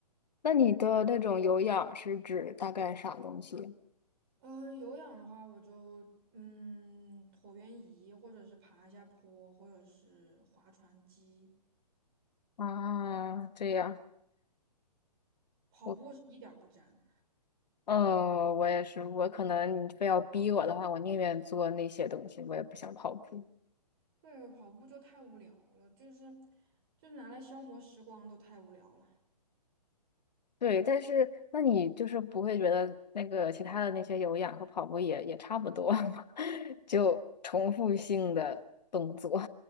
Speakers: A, on the left (about 75°); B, on the right (about 35°).
A: 那你的那种有氧是指大概啥东西？
B: 嗯、有氧的话，我就嗯椭圆仪，或者是爬一下坡，或者是划船机。
A: 啊。这样，
B: 跑步是一点儿不沾，
A: 我嗯，我也是，我可能你非要逼我的话，我宁愿做那些东西，我也不想跑步。
B: 对，跑步就太无聊了，就是就是拿来消磨时光都太无聊了。
A: 对，但是那你就是不会觉得那个其他的那些有氧和跑步也也差不多吗？<laughs> 就重复性的动作。